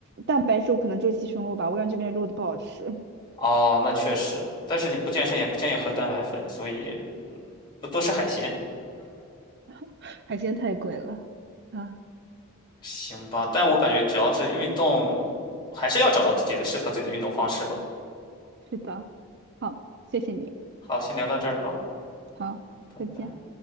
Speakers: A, on the right; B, on the left.
A: 蛋白质，我可能就鸡胸肉吧，我感觉这边肉都不好吃，
B: 哦，那确实，但是你不健身也不建议喝蛋白粉，所以多多吃海鲜。
A: <laughs> 海鲜太贵了啊。
B: 行吧，但我感觉只要是运动，还是要找到自己的适合自己的运动方式吧。
A: 是的，好，谢谢你，
B: 好，先聊到这儿吧，
A: 好，
B: 拜拜。
A: 再见。